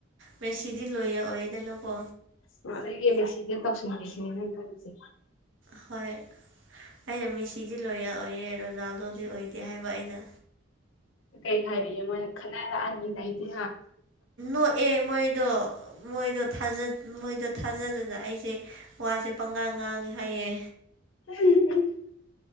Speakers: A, on the right; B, on the left.
A: ꯃ ꯁꯤꯗꯤ ꯂꯣꯏꯌꯦ ꯑꯣꯏꯗ ꯂꯀꯣ
B: ꯑꯣ ꯑꯗꯗꯒꯤ ꯑꯦꯝ ꯑꯦꯁ ꯁꯤꯗ ꯇꯧꯁꯤꯟꯈꯁꯤꯅꯦ ꯅꯩꯅ ꯈꯔꯤꯁꯦ
A: ꯍꯣꯏ ꯑꯩꯅ ꯃꯦꯁꯤꯗꯤ ꯂꯣꯌꯦꯔ ꯑꯣꯏꯌꯦ ꯔꯣꯅꯥꯜꯗꯣꯗꯤ ꯑꯣꯏꯗꯦ ꯍꯥꯏꯕ ꯑꯩꯅ
B: ꯀꯩ ꯍꯥꯏꯔꯤꯌꯦ ꯃꯣꯏꯅ ꯈꯟꯅꯔꯛꯑꯅꯤꯗꯥꯏꯗꯤ
A: ꯑꯣ ꯑꯦ ꯃꯣꯏꯗꯣ ꯃꯣꯏꯗꯣ ꯃꯣꯏꯗꯣ ꯊꯥꯖꯗꯅ ꯑꯩꯁꯦ ꯋꯥꯁꯦ ꯄꯪꯉꯥ ꯉꯥꯡ ꯉꯥꯡꯉꯦ ꯍꯥꯏꯌꯦ
B: <inaudible>